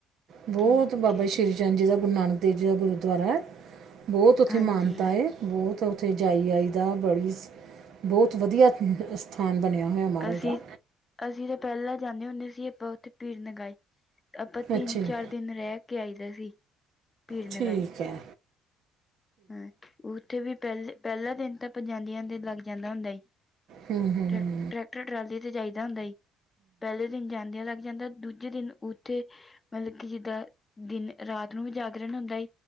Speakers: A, on the right; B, on the left.
A: ਬਹੁਤ
B: ਠੀਕ
A: ਬਾਬਾ
B: ਹੈ
A: ਸ਼੍ਰੀ ਚੰਦ ਜੀ ਦਾ ਗੁਰੂ ਨਾਨਕ <unintelligible> ਗੁਰਦੁਆਰਾ ਬਹੁਤ ਉੱਥੇ
B: ਹਾਂਜੀ
A: ਮਾਨ ਬਹੁਤ ਉੱਥੇ ਜਾਈ ਆਈ ਦਾ ਬਈ ਬਹੁਤ ਵਧੀਆ <inaudible> ਸਥਾਨ ਬਣਿਆ ਹੋਇਆ ਮਹਾਰਾਜ
B: ਅਸੀਂ
A: ਦਾ।
B: ਅਸੀਂ ਤਾਂ ਪਹਿਲਾਂ ਜਾਂਦੇ ਹੁੰਦੇ ਸੀ ਆਪਾਂ ਉੱਥੇ ਪੀੜਨ ਗਏ ਆਪਾਂ ਤਿੰਨ
A: ਅੱਛਾ ਜੀ।
B: ਚਾਰ ਦਿਨ ਰਹਿ ਕੇ ਆਈ ਦਾ ਸੀ। ਪੀਰ
A: ਠੀਕ
B: ਨਗਾਏ
A: ਐ।
B: ਹਾਂ ਉੱਥੇ ਵੀ ਪਹਿਲੇ ਪਹਿਲਾ ਦਿਨ ਤਾਂ ਆਪਾਂ ਨੂੰ ਜਾਂਦੇ ਲੱਗ ਜਾਂਦਾ।
A: ਹੂੰ ਹੂੰ
B: ਟਰੈ-
A: ਹੂੰ,
B: ਟਰੈਕਟਰ ਟਰਾਲੀ ਤੇ ਜਾਈਦਾ ਹੁੰਦਾ। ਪਹਿਲੇ ਦਿਨ ਜਾਂਦਿਆਂ ਲੱਗ ਜਾਂਦਾ ਦੂਜੇ ਦਿਨ ਉੱਥੇ ਮਤਲਬ ਕਿ ਜਿੱਦਾਂ ਦਿਨ ਰਾਤ ਨੂੰ ਵੀ ਜਾਗਰਣ ਹੁੰਦਾ